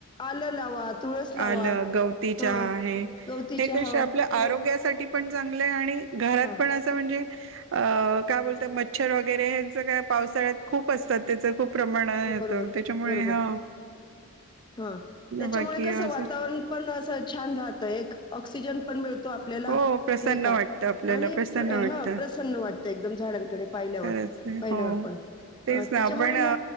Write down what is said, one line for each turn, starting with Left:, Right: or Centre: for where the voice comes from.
Left: झाडं लावा तुळस लावा.
Right: आलं, गवती
Left: हं,
Right: चहा आहे
Left: गवती
Right: हे
Left: चहा.
Right: कसे आपल्या
Left: हे
Right: आरोग्यासाठी पण चांगलं आहे आणि घरात
Left: हां,
Right: पण असं म्हणजे अ काय बोलत मच्छर वगैरे हेंच काय पावसाळ्यात खूप असतात त्याच खूप प्रमाण येतं
Left: हो बरोबर,
Right: त्याच्यामुळे
Left: बरोबर.
Right: हाे,
Left: हां. त्याच्यामुळे
Right: बाकी
Left: कसं
Right: अजून
Left: वातावरण पण असं छान राहतं एक ऑक्सिजन पण मिळतो. त आपल्याला
Right: हो प्रसन्न
Left: नाही का,
Right: वाटतं आपल्याला
Left: आणि
Right: प्रसन्न
Left: ह
Right: वाटतं
Left: प्रसन्न वाटत एकदम झाडांकडे पाहील्यावर
Right: खरंच आहे
Left: पाहील्यावर
Right: हो
Left: पण
Right: तेच
Left: त्याच्यामुळे
Right: आपण
Left: ना